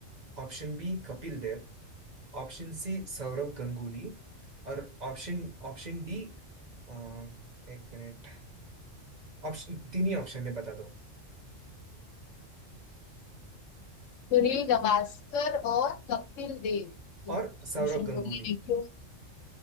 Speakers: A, on the right (about 40°); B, on the left (about 75°).
A: Option B Kapil Dev Option C Sourav Ganguly और ऑप्शन ऑप्शन डी अ, एक मिनट ऑप्शन तीन ही ऑप्शन है बता दो
B: सुनील गावस्कर और कपिल देव
A: और
B: सोशल
A: सौरव
B: मीडिया
A: गंगुली
B: देखियो